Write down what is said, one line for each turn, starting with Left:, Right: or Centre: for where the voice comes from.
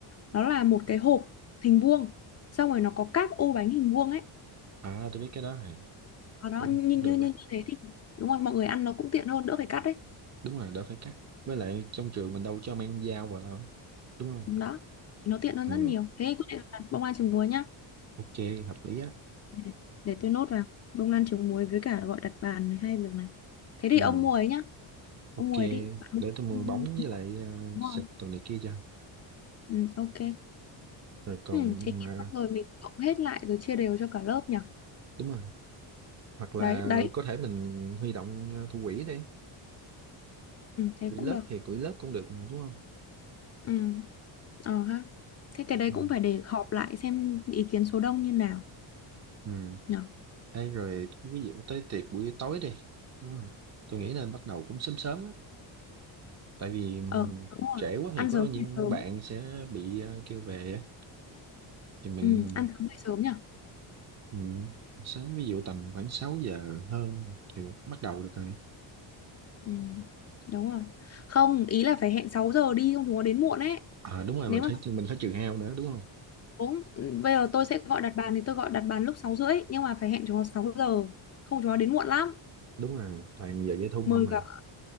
Left: nó là một cái hộp hình vuông xong rồi nó có các ô bánh hình vuông ấy.
Right: à tôi biết cái đó này
Left: Ở đó
Right: cũng,
Left: như
Right: cũng
Left: như
Right: được
Left: như
Right: á
Left: như thế thì đúng rồi mọi người ăn nó cũng tiện hơn đỡ phải cắt đấy.
Right: đúng rồi đỡ phải cắt với lại trong trường mình đâu cho mang dao vào đâu đúng không
Left: đó thì nó tiện hơn
Right: ừ,
Left: rất nhiều thế quyết định là bông lan trứng muối nhá
Right: ok hợp lý á
Left: để, để tôi nốt vào bông lan trứng muối với cả gọi đặt bàn này hai việc này thế thì
Right: ừ,
Left: ông mua ấy nhá
Right: ok
Left: ông mua ấy đi bạn không
Right: để tôi mua
Left: không-
Right: bóng với
Left: không
Right: lại ờ,
Left: mua
Right: xịt
Left: rồi.
Right: đồ này kia cho
Left: ừ, ok
Right: rồi còn
Left: ừ, thế thì
Right: ờ,
Left: xong rồi mình cộng hết lại rồi chia đều cho cả lớp nhỉ
Right: đúng rồi hoặc là
Left: đấy đấy
Right: có thể mình huy động ờ, thủ quỹ đi
Left: ừ, thế
Right: quỹ
Left: cũng
Right: lớp
Left: được
Right: thì quỹ lớp cũng được mà, đúng không
Left: ừ, ờ ha thế cái đấy
Right: ừ.
Left: cũng phải để họp lại xem ý kiến số đông như nào
Right: ừ.
Left: nhỉ
Right: Ê, rồi ví dụ tới tiệc buổi tối đi đúng không tôi nghĩ nên bắt đầu cũng sớm sớm á. tại vì ừm,
Left: ờ đúng
Right: trễ
Left: rồi
Right: quá
Left: ăn
Right: thì có
Left: sớm
Right: những
Left: về sớm
Right: bạn sẽ bị ờ, kêu về á. thì mình
Left: ừ, ăn sớm về sớm nhỉ
Right: ừ, sớm ví dụ tầm khoảng 6 giờ hơn thì bắt đầu được rồi
Left: Ừ, đúng rồi. Không, ý là phải hẹn 6 giờ đi không chúng nó đến muộn ấy.
Right: à đúng rồi
Left: Nếu
Right: mình
Left: mà
Right: phải mình phải trừ hao nữa đúng không
Left: 6, bây giờ tôi sẽ gọi đặt bàn thì tôi gọi đặt bàn lúc 6 rưỡi nhưng mà phải hẹn chúng nó 6 giờ. Không chúng nó đến muộn lắm.
Right: đúng rồi toàn giờ dây thun
Left: Mời
Right: không mà
Left: cả <laughs>